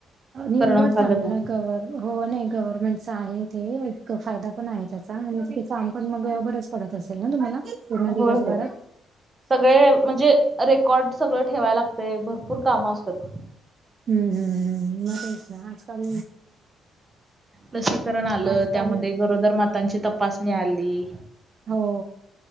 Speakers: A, on the right (about 50°); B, on the right (about 25°).
A: आणि
B: करणं
A: उलट
B: भागच
A: चांगल
B: आहे.
A: हाय गव्हमें हो नाही गव्हर्नमेंटचा आहे ते एक फायदा पण आहे त्याचा आणि काम पण मग बरच पडत असेल ना तुम्हाला? पूर्ण दिवसभरात
B: होय होय <inaudible> सगळे म्हणजे रेकॉर्डस सगळं ठेवाय लागतय भरपूर कामं असतात.
A: हम्म हम्म हम् म तेच ना आजकाल
B: लसीकरण आलं,
A: आजकाल
B: त्यामध्ये गरोदर मातांची तपासणी आली.
A: हो